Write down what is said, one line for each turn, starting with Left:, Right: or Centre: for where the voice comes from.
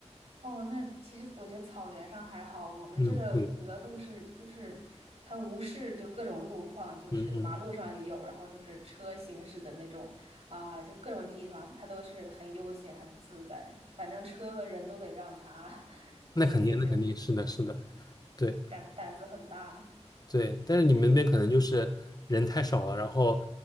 Right: 哦，那其实我觉得草原上还好，我们这的鹅都是就是它无视就各种路况，
Left: 嗯，对，
Right: 就是马路上也有，
Left: 嗯嗯，
Right: 然后就是车行驶的那种啊，就各种地方它都是很悠闲很自在，反正车和人都得让它，<laughs>
Left: 那肯定那肯定是的是的，
Right: 所以就
Left: 对，
Right: 敢胆子很大。
Left: 对，但是你们那边可能就是人太少了，然后，